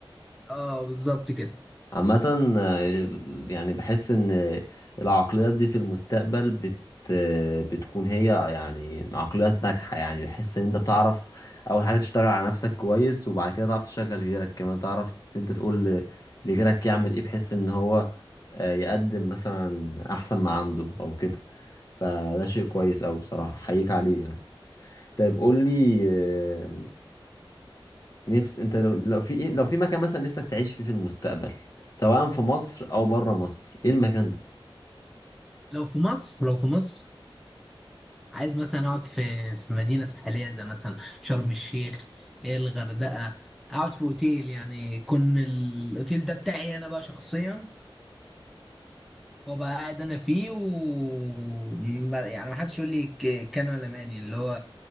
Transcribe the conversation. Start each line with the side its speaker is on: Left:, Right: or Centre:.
Centre: اه بالظبط كده
Left: عامة آه، يعني بحس ان العقليات دي في المستقبل بت آه، بتكون هي يعني عقليات ناجحة يعني بحس ان انت بتعرف اول حاجة تشتغل على نفسك كويس وبعد كده تعرف تشغل غيرك كمان تعرف إن انت تقول ل- لغيرك يعمل ايه بحيث ان هو آه، يقدم مثلا احسن ما عنده او كده فده شيء كويس اوي بصراحة حقيقة عليه يعني طيب قول لي آه، نفس انت لو لو في ايه، لو في مكان مثلا نفسك تعيش فيه في المستقبل سواء في مصر او بره مصر ايه المكان ده
Centre: لو في مصر لو في مصر عايز مثلا اقعد في في مدينه ساحليه زي مثلا شرم الشيخ إيه الغردقه اقعد في اوتيل يعني يكون الاوتيل ده بتاعي انا بقى شخصيا وابقى قاعد انا فيه و ب- يعني ما حدش يقول لي ك- كان ولا ماني اللي هو